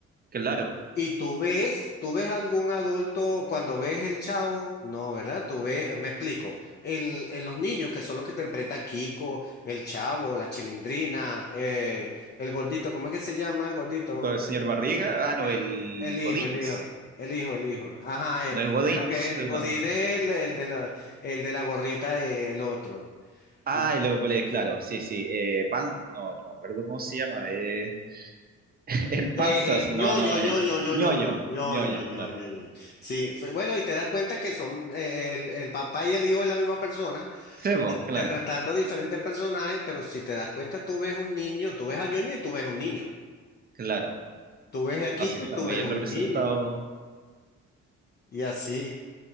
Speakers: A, on the right; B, on the left.
A: Claro,
B: Y tú ves, tú ves algún adulto cuando ves el chavo, no, ¿verdad? Tú ves, me explico, en, en los niños que son los que interpreta Kiko, el chavo, la chilindrina, eh, el gordito, ¿cómo es que se llama el gordito?
A: lo del señor Barriga, ah, no,
B: El,
A: el
B: el hijo,
A: Godínez.
B: el hijo, el hijo, el hijo. Ajá, eh,
A: ¿No es Godínez?
B: creo que es,
A: No,
B: Godín
A: no.
B: es el, el de la, el de la gorrita, eh, el otro.
A: Ah,
B: no,
A: el oble, claro, sí, sí. Eh, pan, no, no me acuerdo cómo se llama. eh, <laughs> el panzas,
B: Eh,
A: no,
B: eh, ñoño,
A: no, eh.
B: ñoño, ñoño,
A: Ñoño,
B: ñoño, ñoño,
A: ñoño,
B: ñoño,
A: claro.
B: ñoño. Sí, fue- bueno, y te das cuenta que son eh, el, el papá y el hijo de la misma persona,
A: Sebo, claro,
B: interpretando diferentes personajes, pero si te das cuenta, tú ves un niño, tú ves a ñoño y tú ves un niño.
A: claro.
B: Tú ves a Kiko
A: Así están
B: y tú
A: muy
B: ves
A: bien
B: un
A: representados.
B: niño. Y así.